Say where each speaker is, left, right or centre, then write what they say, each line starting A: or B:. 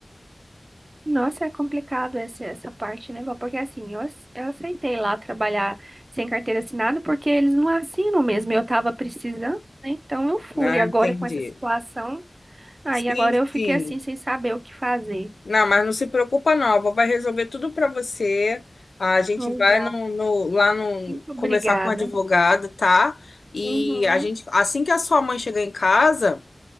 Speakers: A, on the right (about 40°); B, on the left (about 80°).
A: Nossa, é complicado essa, essa parte, né, Val? Porque assim, eu, ace- eu aceitei lá trabalhar sem carteira assinada porque eles não assinam mesmo. Eu tava precisando, né? Então eu fui.
B: Ah,
A: Agora
B: entendi.
A: com essa situação, aí
B: Sim,
A: agora eu
B: sim.
A: fiquei assim, sem saber o que fazer.
B: Não, mas não se preocupa não, a vovó vai resolver tudo para você. A gente
A: Ô,
B: vai
A: Val,
B: no, no- lá no,
A: Muito obrigada.
B: conversar com o advogado, tá? E
A: Uhum,
B: a gente, assim que a sua mãe chegar em casa,